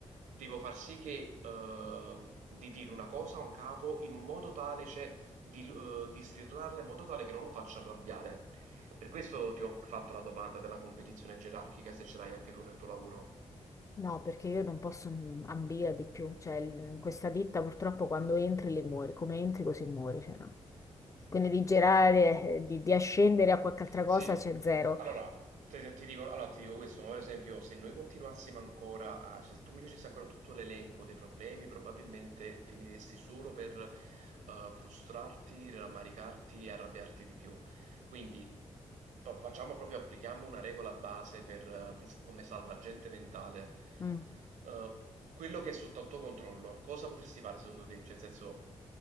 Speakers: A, on the right (about 80°); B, on the left (about 25°).
A: devo far sì che ehm, di dire una cosa a un capo in un modo tale, cioè di, eh, di stirlarla in modo tale che non lo faccia arrabbiare. Per questo ti ho fatto la domanda della competizione gerarchica, se ce l'hai anche tu nel tuo lavoro.
B: No, perché io non posso mm, ambire a di più, cioè il- questa ditta purtroppo quando entri le muori, come entri così muori, cioè no. Quindi di girare, eh, di, di ascendere a qualche altra cosa
A: Sì,
B: c'è zero.
A: allora te- ti, dico, allora, ti dico questo, ma per esempio se noi continuassimo ancora a, cioè, se tu mi facessi ancora tutto l'elenco dei problemi, probabilmente finiresti solo per eh, frustrarti, rammaricarti e arrabbiarti di più. Quindi pa- facciamo proprio, applichiamo una regola base per, eh, dis- come salvagente mentale.
B: Mm.
A: Eh, quello che è sotto al tuo controllo, cosa potresti fare secondo te? Cioè, nel senso...